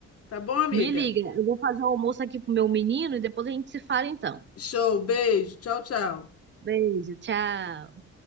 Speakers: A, on the left (about 50°); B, on the right (about 35°).
A: Tá bom, amiga?
B: Me liga, eu vou fazer o almoço aqui pro meu menino e depois a gente se fala então.
A: Show, beijo. Tchau, tchau.
B: Beijo, tchau.